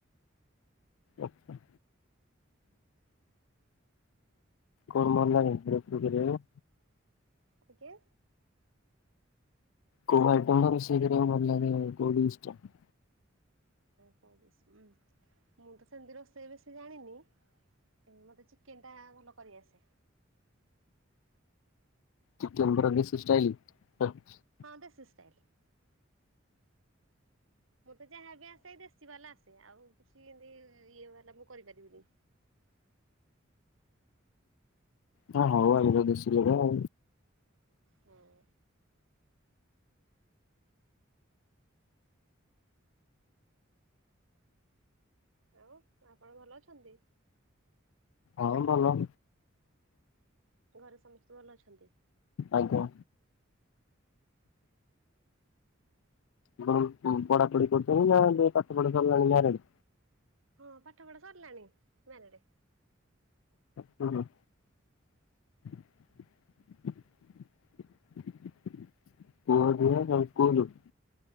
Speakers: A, on the left; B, on the right.
A: ଆଚ୍ଛା। କଣ ଭଲ ଲାଗେ ରୋଷେଇ କରିବାକୁ।
B: ଆଜ୍ଞା।
A: କୋଉ ଆଇଟମ୍ ଟା ରୋଷେଇ କରିବାକୁ ଭଲ ଲାଗେ କୋଉ <unintelligible>
B: <unintelligible> ମୁଁ ତ ସେମିତି ରୋଷେଇ ବେଶୀ ଜାଣିନି। କିନ୍ତୁ ମତେ ଚିକେନ ଟା ଭଲ କରିଆସେ।
A: ଚିକେନ ପୁରା ଦେଶୀ ଷ୍ଟାଇଲ <unintelligible>
B: ହଁ ଦେଶୀ ଷ୍ଟାଇଲ। ମୋତେ ଯାହାବି ଆସେ ଏଇ ଦେଶୀ ବାଲା ଆସେ ଆଉ କିଛି ଏନ୍ତି ଇଏ ବାଲା ମୁଁ କରିପାରିବିନି।
A: ହଁ ହଉ ଆଉ <unintelligible> ଆଉ।
B: ହୁଁ। ଆଉ ଆପଣ ଭଲ ଅଛନ୍ତି।
A: ହଁ ଭଲ।
B: ହୁଁ ଘରେ ସମସ୍ତେ ଭଲ ଅଛନ୍ତି।
A: ଆଜ୍ଞା। <unintelligible> କଁ ପଢ଼ାପଢ଼ି କରୁଚନ୍ତି ନା <unintelligible> ପାଠ ପଢ଼ା ସରିଲାଣି ମ୍ୟାରେଜ୍।
B: ହଁ ପାଠ ପଢା ସରିଲାଣି <unintelligible>
A: ହୁଁ। <unintelligible>